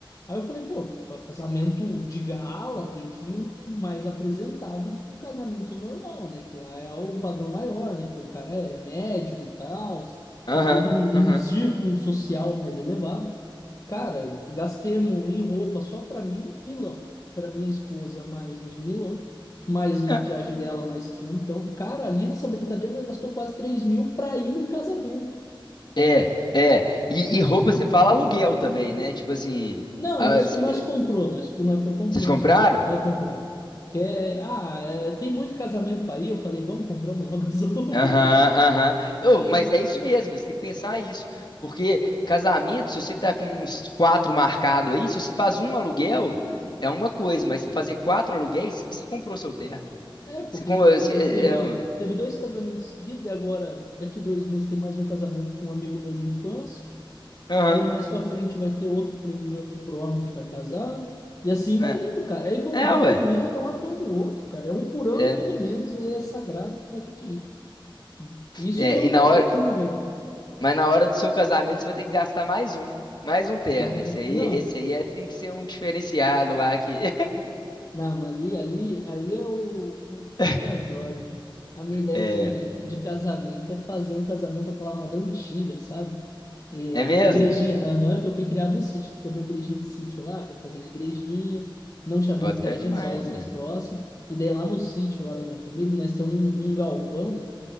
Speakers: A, on the left; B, on the left.
A: Aí eu falei, pô, fa- casamento de gala tem que ir um um mais apresentável do que um casamento normal, né? Que lá é um padrão maior, né? Pô, o cara é médico e tal,
B: Aham,
A: tem todo um,
B: aham.
A: um círculo social mais elevado. Cara, gastemos em roupa só pra mim, milão. Pra minha esposa, mais uns milão. Mais maquiagem
B: Não,
A: dela, mais quinhentão. Cara, ali nessa brincadeira, nós gastou quase 3 mil pra ir no casamento.
B: É, é. E, e roupa você fala aluguel também, né? Tipo assim,
A: Não,
B: ah,
A: nós,
B: c-
A: nós comprou. Nós, nós foi comprou
B: vocês compraram?
A: umas roupas. né? É, compramos. Que é, ah, é, tem muito casamento pra ir. Eu falei, vamos, compramos logo as roupas.
B: Aham, aham. Eu,
A: <laughs>
B: mas é isso mesmo, você tem que pensar isso. Porque casamento, se você tá com uns quatro marcados aí, se você faz um aluguel, é uma coisa, mas se fazer quatro aluguéis, você comprou seu terno, velho.
A: É, porque
B: Você, com-
A: nem,
B: você-
A: ó, daí
B: é,
A: teve,
B: é, um-
A: teve dois casamentos seguidos. E agora, daqui dois meses, tem mais um casamento com um amigo meu de infância.
B: aham,
A: Aí mais pra frente vai ter outro primo meu que provavelmente vai casar. E assim
B: é,
A: vai indo, cara. Aí quando
B: é,
A: vê,
B: ué.
A: tu emenda um atrás do outro, cara. É um por ano,
B: É,
A: pelo menos, é sagrado que tu vai ter que ir. Isso
B: é,
A: que eu
B: e na
A: corto
B: hora,
A: curva ainda.
B: mas na hora do seu casamento, você vai ter que gastar mais um, mais um terno.
A: É,
B: Esse aí,
A: não,
B: esse aí é, tem que ser um diferenciado lá que.
A: Não, ali, ali, ali é o, o,
B: <laughs>
A: o casório. né? A minha ideia
B: É,
A: de, de casamento é fazer um casamento aquela moda antiga, sabe? É,
B: é mesmo?
A: igrejinha, aham, que eu fui criado no sítio, que tem uma igrejinha de sítio lá, tô fazendo a igrejinha, não chamou
B: Bota
A: muita
B: fé
A: gente,
B: demais,
A: só os mais
B: né?
A: próximos. E daí lá no sítio, lá da minha família, nós temos um, um galpão